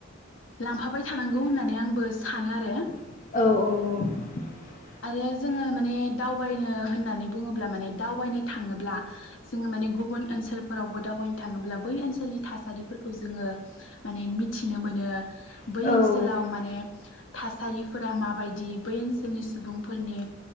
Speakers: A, on the left (about 70°); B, on the left (about 45°).
A: लांफाबाय थानांगौ होननानै आंबो सानो आरो।
B: औ औ औ
A: आरो जोङो माने दावबायनो होननानै बुङोब्ला माने दावबायनो थाङोब्ला जोङो माने गुबुन ओनसोल फोरावबो दावबायनो थाङोब्ला बै ओनसोलनि थासारिफोरखौ जोङो माने मिथिनो मोनो
B: औ
A: बै ओनसोलाव माने थासारिफोरा माबायदि बै ओनसोलनि सुबुंफोरनि